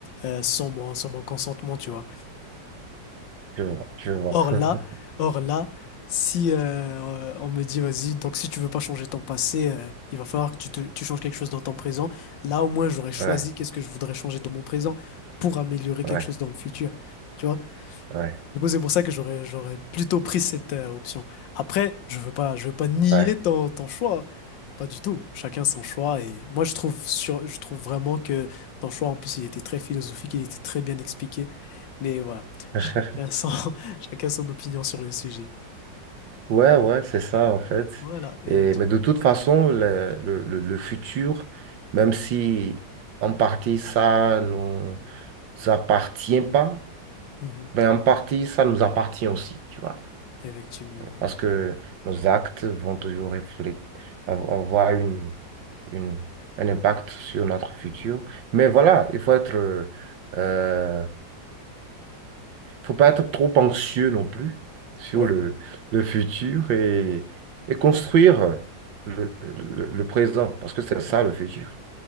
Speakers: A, on the left; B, on the right.
A: euh, sans mon, sans mon consentement, tu vois.
B: je vois, je vois.
A: Or
B: <laughs>
A: là, or là, si euh, euh, on me dit, vas-y, donc si tu veux pas changer ton passé, euh, il va falloir que tu, te- tu changes quelque chose dans ton présent. Là, au moins, j'aurais choisi
B: Ouais,
A: qu'est-ce que je voudrais changer dans mon présent pour améliorer
B: ouais,
A: quelque chose dans le futur. tu vois.
B: ouais,
A: Du coup, c'est pour ça que j'aurais j'aurais plutôt pris cette euh, option. Après, je veux pas je veux pas nier
B: ouais.
A: ton, ton choix. hein. Pas du tout. Chacun son choix et moi je trouve sur je trouve vraiment que ton choix en plus il était très philosophique, il était très bien expliqué. Mais voilà,
B: <laughs>
A: chacun son <laughs> chacun son opinion sur le sujet.
B: Ouais, ouais, c'est ça en fait.
A: Voilà, effectivement.
B: Et, mais de toute façon, le, le, le- le futur, même si en partie ça nous appartient pas,
A: Mhm.
B: Ben, en partie, ça nous appartient aussi, tu vois.
A: Effectivement. ouais.
B: Parce que nos actes vont toujours refléter, av- avoir une, une, un impact sur notre futur. Mais
A: Mm.
B: voilà, il faut être, euh, euh, faut pas être trop anxieux non plus sur
A: Ouais.
B: le, le futur et, et construire le, le, le présent, parce que c'est ça
A: Mm.
B: le futur.